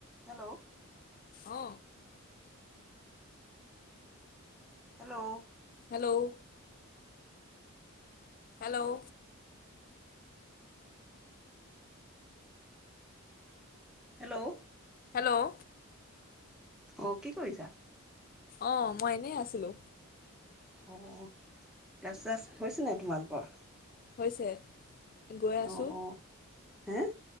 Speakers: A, in the centre; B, on the left.
A: Hello
B: অ
A: hello
B: hello hello
A: hello
B: hello
A: অ কি কৰিছা
B: অ মই এনেই আছিলো
A: অ তাৰপিছত হৈছে ন তোমালোকৰ
B: হৈছে গৈ আছোঁ
A: অ অ হে